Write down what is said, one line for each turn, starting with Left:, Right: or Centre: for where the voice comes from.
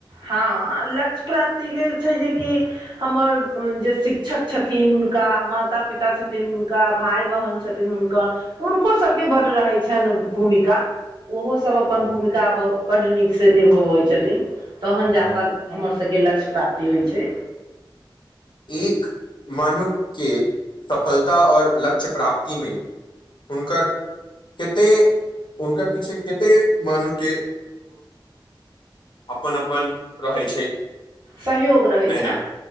Right: हँ, लक्ष्य प्राप्ति लेल छै। जेकि हमर जे शिक्षक छथिन। हुनका माता पिता छथिन। हुनका भाई बहिन छथिन। हुनकर हुनको सभ के बड्ड रहै छनि भूमिका ओहो सभ अप्पन
Left: हम्म,
Right: भूमिका बड नीक से निभाबै छथिन। तहन
Left: हाँ,
Right: जाकऽ हमर सभ के लक्ष्य प्राप्ति होइ छै।
Left: एक मानु के सफलता और लक्ष्य प्राप्ति में हुनकर कते हनका पीछे कते मानु के अप्पन अप्पन रहै छै।
Right: सहयोग रहै
Left: मेहनत
Right: छनि